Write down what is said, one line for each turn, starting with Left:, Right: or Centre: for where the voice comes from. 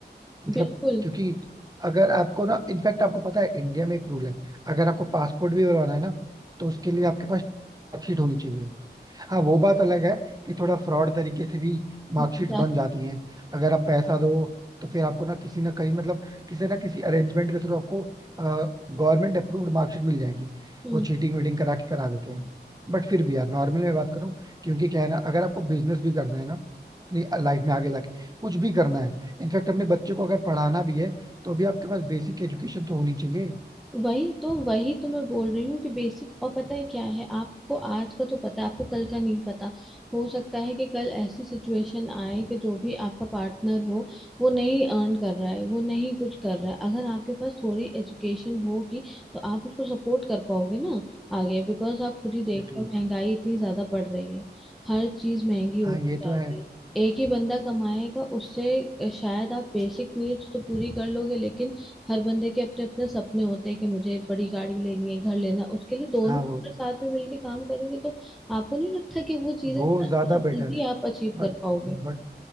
Right: मतलब
Centre: बिल्कुल
Right: क्योंकि अगर आपको ना इनफैक्ट आपको पता है इंडिया में एक रूल है अगर आपको पासपोर्ट भी बनवाना है ना तो उसके लिए आपके पास मार्कशीट होनी चाहिए हाँ वो बात अलग है कि थोड़ा फ्रॉड तरीके से भी मार्कशीट
Centre: हम्म,
Right: बन जाती हैं अगर आप पैसा दो तो फिर आपको ना किसी ना कहीं मतलब किसी ना किसी अरेंजमेंट के थ्रू आपको गवर्नमेंट अप्रूव्ड मार्कशीट मिल जाएगी
Centre: 嗯嗯嗯嗯嗯
Right: वो चीटिंग वीटिंग करा के करा देते हैं बट फिर भी यार नॉर्मल में बात करूं क्योंकि क्या है ना अगर आपको बिजनेस भी करना है ना अपनी लाइफ में आगे जाके कुछ भी करना है इनफैक्ट अपने बच्चे को अगर पढ़ाना भी है तो भी आपके पास बेसिक एजुकेशन तो होनी चाहिए
Centre: वही तो वही तो मैं बोल रही हूँ कि बेसिक और पता है क्या है आपको आज का तो पता है आपको कल का नहीं पता हो सकता है कि कल ऐसी सिचुएशन आए कि जो भी आपका पार्टनर हो वो नहीं अर्न कर रहा है वो नहीं कुछ कर रहा है अगर आपके पास थोड़ी एजुकेशन होगी तो आप उसको सपोर्ट कर पाओगे ना आगे बिकॉज आप खुद ही
Right: एग्जैक्टली
Centre: देख रहे हो महंगाई इतनी ज्यादा बढ़ रही है हर चीज महंगी होती
Right: हाँ ये
Centre: जा
Right: तो
Centre: रही
Right: है
Centre: है एक ही बंदा कमाएगा उससे शायद आप बेसिक नीड्स तो पूरी कर लोगे लेकिन हर बंदे के अपने अपने सपने होते हैं कि मुझे बड़ी गाड़ी लेनी है घर लेना है। उसके लिए दोनों
Right: हाँ
Centre: अपने
Right: वो
Centre: साथ में मिलके काम करेंगे तो आपको नहीं लगता कि वो चीजें
Right: वो ज्यादा
Centre: जल्दी
Right: बेटर है
Centre: आप अचीव
Right: But
Centre: कर पाओगे